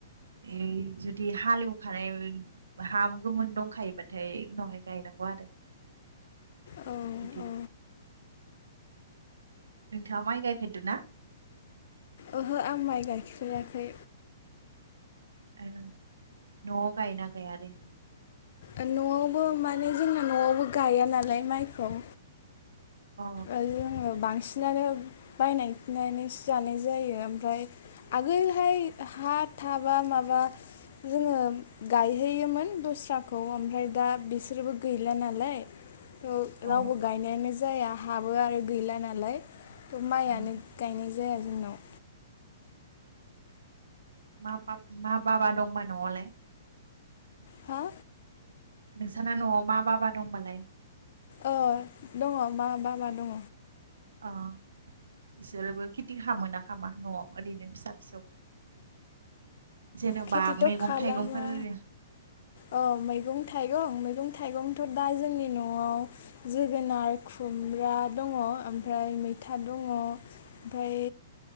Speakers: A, on the right (about 80°); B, on the left (about 60°).
A: ए जुदि हालेवखानाय हा गोमोन दंखायोबाथाय उनावहाय गायनांगौ आरो
B: औ
A: बिदि
B: औ
A: नोंथाङा माइ गायफेरदो ना?
B: ओहो आं माइ गाइफेराखै।
A: औ न'आव गायनाा गाय आरो?
B: ओ-न'आवबो माने जोंना न'आवबो गाया नालाय माइखौ।
A: अ
B: ओ-जोङो बांसिनानो बायनाय फिनानैसो जानाय जायो ओमफ्राय आगोलहाय हा थाबा माबा। जोङो गायहोयोमोन दस्राखौ ओमफ्राय दा बिसोरबो गैला नालाय। थ'
A: अ
B: रावबो गायनायानो जाया हाबो आरो गैला नालाय। माइयनो
A: उम।
B: गायनाय जाया जोंनाव।
A: मा मा बाबा दंबा न'आवलाय
B: हा?
A: नोंसाना न'आव मा-बाबा दंबालाय।
B: अ दङ मा-बाबा दङ।
A: अ। बिसोरोबो खेथि खालामो ना खामा न'आव ओरैनो फिसा फिसौ? जेन'बा
B: खेथिथ'
A: मैगं
B: खालामा
A: थाइगंफोर ओरै
B: औ मैगं थाइगं, मैगं थाइगंथ' दा जोंनि न'आव जोगोनार खुमब्रा दङ ओमफ्राय मैथा दङ। ओमफ्राय